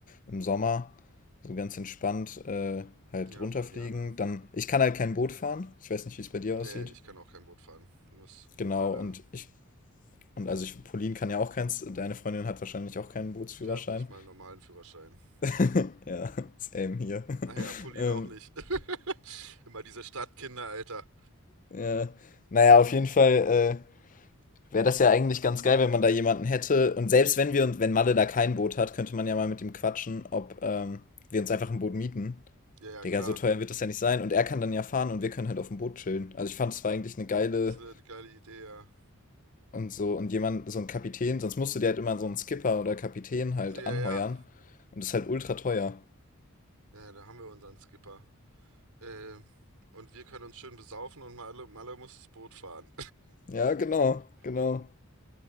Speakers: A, on the left; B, on the right.
A: im Sommer so ganz entspannt äh, halt
B: Ja,
A: runterfliegen.
B: voll gerne.
A: Dann, ich kann halt kein Boot fahren. Ich weiß nicht, wie es bei dir
B: Nee,
A: aussieht.
B: ich kann auch kein Boot fahren. Muss
A: Genau,
B: Malle.
A: und ich, und also ich, Pauline kann ja auch keins, deine Freundin hat wahrscheinlich auch keinen Bootsführerschein.
B: Ja, nicht mal einen normalen Führerschein.
A: <laughs> Ja, same hier.
B: Ach ja,
A: <laughs>
B: Pauline
A: ähm,
B: auch nicht. <laughs> Immer diese Stadtkinder, Alter.
A: ja. Naja, auf jeden Fall, äh, wäre das ja eigentlich ganz geil, wenn man da jemanden hätte. Und selbst wenn wir und wenn Malle da kein Boot hat, könnte man ja mal mit ihm quatschen, ob ähm, wir uns einfach ein Boot mieten.
B: Ja, ja,
A: Digga,
B: klar.
A: so teuer wird das ja nicht sein. Und er kann dann ja fahren und wir können halt auf dem Boot chillen. Also ich fand, es war eigentlich eine geile
B: ist eine geile Idee, ja.
A: und so. Und jemand, so ein Kapitän, sonst musst du dir halt immer so einen Skipper oder Kapitän halt
B: Ja,
A: anheuern.
B: ja.
A: Und das ist halt ultra teuer.
B: Ja, da haben wir unseren Skipper. Äh, und wir können uns schön besaufen und Malle, Malle muss das Boot fahren.
A: Ja, genau, genau.